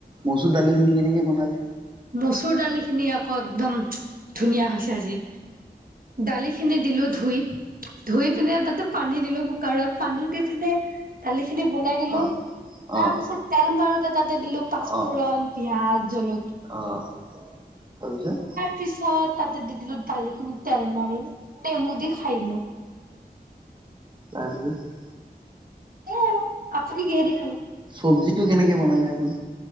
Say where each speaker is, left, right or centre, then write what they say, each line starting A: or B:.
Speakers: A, on the right (about 25°); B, on the right (about 60°).
A: মচুৰ দালিখিনি কেনেকে বনালে?
B: মচুৰ দালিখিনি আকৌ একদম ধুনীয়া হৈছে আজি। দালিখিনি দিলো ধুই। ধুই পিনে তাতে পানী দিলো কুকাৰত পানী দি পিনে। দালি খিনি বনাই দিলো,
A: অ
B: তাৰ
A: অ
B: পিছত তেল মাৰোতে তাতে দিলো পাঁচফোৰণ,
A: অ
B: পিঁয়াজ, জল
A: অ' তাপিছত?
B: পিছত তাতে দিলো দালিখিনি তেল মাৰি, নেমু দি খাই দিলো।
A: তাৰপিছত?
B: এয়া আৰু আপুনি কিহে দি খালে?
A: চব্জিটো কেনেকে বনালে আপুনি?